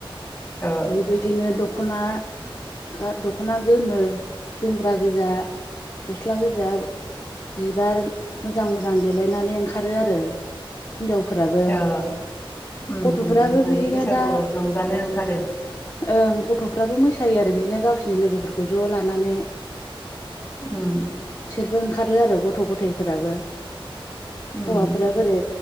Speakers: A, on the left; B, on the left.
A: ओ
B: बैबायदिनो <unintelligible> ख'ना गा- दख'ना गोमो जोमग्रा गोजा, गस्ला गोजा बिबार मोजां मोजां देलायनानै ओंखारो आरो। हिनजावफोराबो
A: ओ‌ ओम ओम
B: गथ'फोराबो
A: माने
B: बिदिनो
A: बैसागु
B: दा
A: रंजानो ओंखारो।
B: ओं गथ'फ्राबो मोसायो आरो बिदिनो गावसिनि लोगोफोरखौ ज' लानानै।
A: ओम।
B: <unintelligible> ओंखारो आरो गथ' गथायफोराबो।
A: उम
B: हौवाफोरा <unintelligible>